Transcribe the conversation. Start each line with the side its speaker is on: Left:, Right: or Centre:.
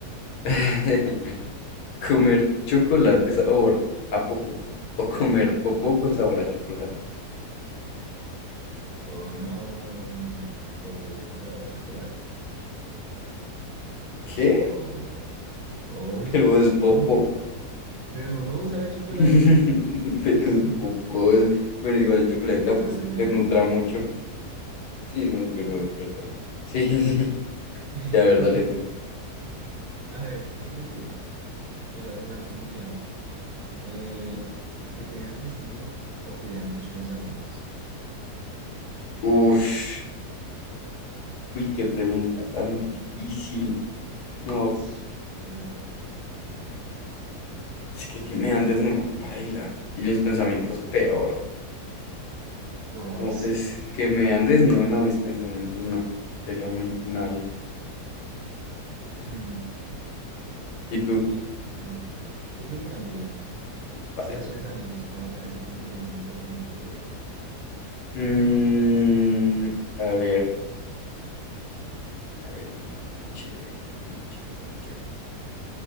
Left: <laughs> ¿Comer chocolate sabor a popó o comer popó con sabor a chocolate?
Right: O no, no, o puedo con sabor a chocolate.
Left: ¿Qué?
Right: Sí, obvio. Obvio.
Left: Pero es popo
Right: ¿Cómo que no? Pero, bro, sabe a chocolate.
Left: <laughs> Pero
Right: <laughs>
Left: es popó. es- Bueno, igual el chocolate
Right: Entonces,
Left: tampoco
Right: ¿cuál
Left: es que
Right: es la
Left: te
Right: gracia?
Left: nutra mucho.
Right: Por eso,
Left: Sí, no, es verdad,
Right: por eso.
Left: es verdad. Sí, <laughs> sí,
Right: <laughs>
Left: Sí, a ver, dale tú.
Right: A ver, ¿qué prefieres? O sea, durante un día nomás. Eh,
Left: Ujú.
Right: ¿que te vean desnudo o que lean tus pensamientos?
Left: Ush. Uy, qué pregunta tan difícil. No,
Right: Sí, denso.
Left: es que que me andes no, paila. Y mis pensamientos peor.
Right: Por
Left: No,
Right: eso.
Left: pues
Right: <laughs>
Left: que me andes no, no, mis pensamientos no. Sería muy funable.
Right: Ujú.
Left: ¿Y tú?
Right: Sí, yo creo que también. Yo creo que también.
Left: Sí, paila.
Right: Es que los pensamientos, paila, a veces no se le vienen las cosas muy turbias.
Left: Mm, a ver, a ver, una, una chévere, una chévere, una chévere.